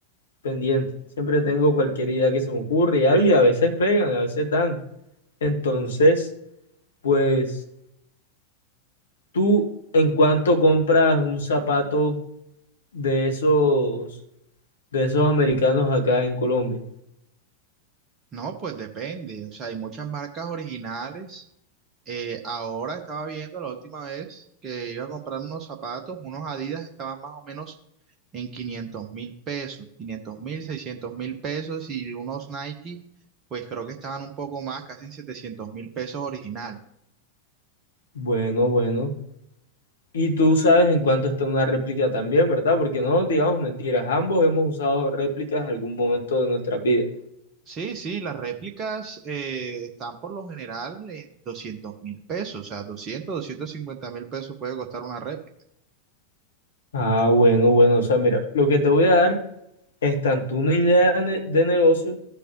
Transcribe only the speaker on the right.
No, pues depende. O sea, hay muchas marcas originales. Eh, ahora estaba viendo la última vez que iba a comprar unos zapatos, unos Adidas estaban más o menos en quinientos mil pesos, quinientos mil, seiscientos mil pesos y unos Nike, pues creo que estaban un poco más, casi en setecientos mil pesos originales.
Sí, sí, las réplicas eh, están por lo general en doscientos mil pesos, o sea, doscientos, doscientos cincuenta mil pesos puede costar una réplica.